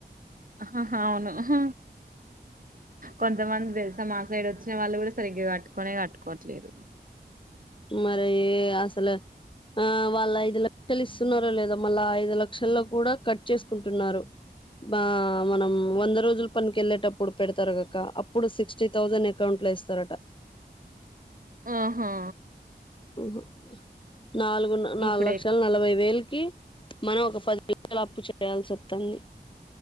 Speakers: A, on the right; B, on the left.
A: ఆహా హ అవును ఉహ్ కొంతమంది తెలుసా మా సైడ్ వచ్చిన వాళ్ళు కూడా సరిగ్గా కట్టుకోనే కట్టుకోవట్లేరు
B: మరి ఏ అసల ఆ వాళ్ళు ఐదు లక్షలు ఇస్తున్నారో లేదో మళ్ళా ఐదు లక్షల్లో కూడా కట్ చేసుకుంటున్నారు బా మనం వంద రోజులు పనికి వెళ్ళేటప్పుడు పెడతారు కాక్క అప్ ప్పుడు సిక్స్టీ థౌజండ్ అకౌంట్లో ఏస్తారట
A: ఆహా
B: ఉహ్ నాలుగు నాలుగు
A: ఇప్పుడే
B: లక్షల నలభై వేలకి మనం ఒక పది అప్పు చేయాల్సి అత్తంది